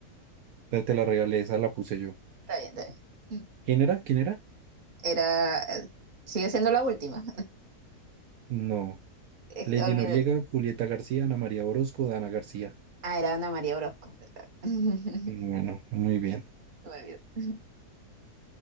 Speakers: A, on the right; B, on the right.
A: Te, te la regalé, esa la puse yo.
B: Está bien, está bien.
A: ¿Quién era? ¿Quién era?
B: Era, eh, sigue siendo la última.
A: No.
B: Es
A: Lady
B: que olvidé-
A: Noriega, Julieta García, Ana María Orozco, Dana García.
B: Ah, era Ana María Orozco. <laughs>
A: Bueno, muy bien.
B: me olvidó.